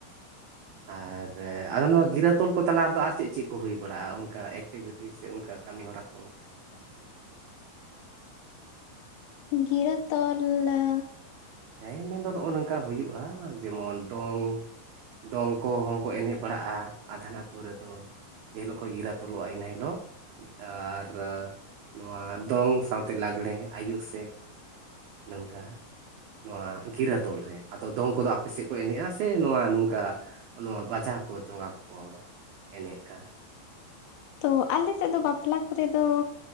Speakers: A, on the right (about 85°); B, on the left (about 80°).
A: ᱟᱨ ᱟᱫᱚ ᱱᱚᱣᱟ ᱜᱤᱨᱟᱹ ᱛᱚᱞ ᱠᱚ ᱛᱟᱞᱟ ᱨᱮᱫᱚ ᱟᱨ ᱪᱮᱫ ᱪᱮᱫ ᱠᱚ ᱦᱩᱭ ᱵᱟᱲᱟᱜ-ᱟ ᱚᱱᱠᱟ ᱮᱠᱴᱤᱵᱷᱤᱴᱤ ᱥᱮ ᱚᱱᱠᱟ ᱠᱟᱢᱤ ᱦᱚᱨᱟ ᱠᱚ ᱚᱱᱠᱟ?
B: ᱜᱤᱨᱟᱹ ᱛᱚᱞ ᱮ
A: ᱦᱮᱸ ᱤᱧ ᱢᱮᱱᱫᱚ ᱱᱚᱜ-ᱚ ᱱᱚᱝᱠᱟ ᱦᱩᱭᱩᱜ-ᱟ ᱡᱮᱢᱚᱱ ᱫᱚᱝ, ᱫᱚᱝ ᱠᱚᱦᱚᱸ ᱠᱚ ᱮᱱᱮᱡ ᱵᱟᱲᱟᱜ-ᱟ ᱟᱫᱷᱟᱱ ᱟᱛᱩ ᱨᱮᱫᱚ᱾ ᱡᱮ ᱦᱤᱞᱳᱜ ᱠᱷᱚᱡ ᱜᱤᱨᱟ ᱛᱚᱞᱚᱜ-ᱟ ᱮᱱ ᱦᱤᱞᱳᱜ᱾ ᱟᱨ ᱱᱚᱣᱟ ᱫᱚᱝ ᱥᱟᱶᱛᱮ ᱞᱟᱜᱽᱬᱮ ᱟᱭᱩᱵ ᱥᱮᱫ᱾ ᱱᱚᱝᱠᱟ᱾ ᱱᱚᱣᱟ ᱜᱤᱨᱟᱹ ᱛᱚᱞ ᱨᱮ ᱟᱫᱚ ᱫᱚᱝ ᱠᱚᱫᱚ ᱟᱯᱮ ᱥᱮᱫ ᱠᱚ ᱮᱱᱮᱡᱼᱟ ᱥᱮ ᱱᱚᱣᱟ ᱱᱚᱝᱠᱟ ᱟ ᱱᱚᱣᱟ ᱵᱟᱡᱟ ᱠᱚ ᱪᱚᱸᱜᱟ ᱠᱚᱠᱚ ᱮᱱᱮᱡᱼᱟ᱾
B: ᱛᱚ ᱟᱞᱮ ᱥᱮᱫ ᱫᱚ ᱵᱟᱯᱞᱟ ᱠᱚᱨᱮ ᱫᱚ